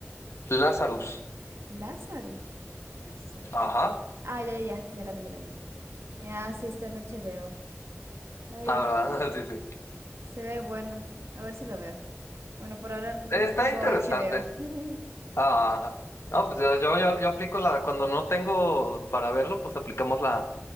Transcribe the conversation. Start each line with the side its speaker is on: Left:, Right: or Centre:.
Left: Lazarus.
Right: Lazarus. Lazarus.
Left: Ajá.
Right: Ah, ya, ya, ya la vi, ya la vi. Ah, sí, está en HBO. Oye,
Left: La verdad,
Right: sí,
Left: <laughs> sí, sí.
Right: se ve bueno. A ver si lo veo. Bueno, por ahora n-
Left: Está
Right: no tengo
Left: interesante.
Right: HBO. <laughs>
Left: Ah, ah, pues yo, yo yo aplico la. Cuando no tengo para verlo, pues aplicamos la.